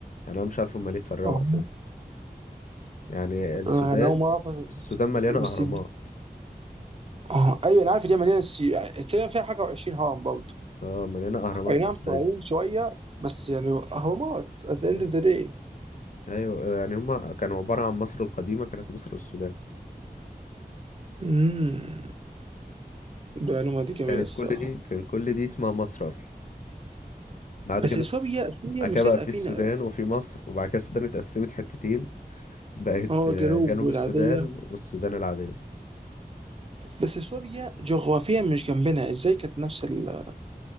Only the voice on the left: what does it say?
يعني انا مش عارف هما ليه اتفرقوا
اساسا يعني السودان
السودان مليانه
اهرامات
اه مليانه اهرامات
مصريه
ايوه
ايوه يعني هما كانوا عباره عن مصر القديمه كانت مصر والسودان
كانت
كل دي كان كل دي اسمها مصر اصلا بعد
كده
بعد
كده بقى
في
السودان وفي مصر وبعد كده السودان اتقسمت حتتين بقت
آه،
جنوب
السودان والسودان العاديه